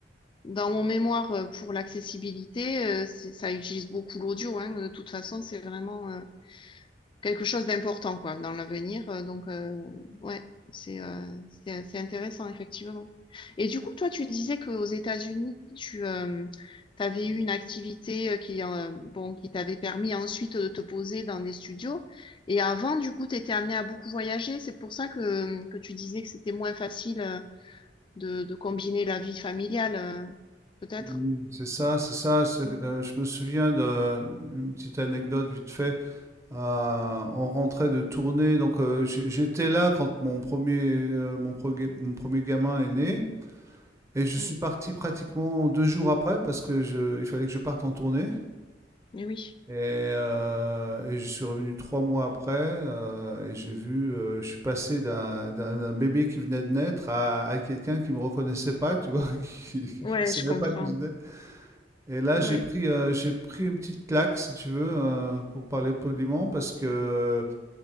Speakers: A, on the left; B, on the right.
A: dans mon mémoire euh, pour l'accessibilité, euh, c'est- ça utilise beaucoup l'audio, hein. De toute façon, c'est vraiment euh, quelque chose d'important quoi dans l'avenir. Euh, donc euh, ouais, c'est euh, c'est c'est intéressant effectivement. Et du coup, toi, tu disais qu'aux États-Unis, tu euh, avais eu une activité euh, qui euh, bon qui t'avait permis ensuite de te poser dans des studios. Et avant, du coup, tu étais amené à beaucoup voyager. C'est pour ça que que tu disais que c'était moins facile euh, de de combiner la vie familiale, euh, peut-être.
B: Oui, C'est ça, c'est ça. c'est-
A: Mm,
B: euh, je me souviens d'une petite anecdote vite fait. Euh, on rentrait de tournée, donc euh, j'- j'étais là quand mon premier, euh, mon, proga- mon premier gamin est né, et je
A: mm.
B: suis parti pratiquement deux jours après parce que je- il fallait que je parte en tournée.
A: Mais Oui.
B: Et, euh, et je suis revenu trois mois après euh, et j'ai vu, euh, je suis passé d'un d'un- d'un bébé qui venait de naître à, à quelqu'un qui me reconnaissait pas, tu vois, <laughs> qui,
A: Ouais,
B: ne savait
A: je comprends.
B: pas qui j'étais. Et là,
A: Ouais.
B: j'ai pris, heu, j'ai pris une petite claque si tu veux, heu, pour parler poliment parce que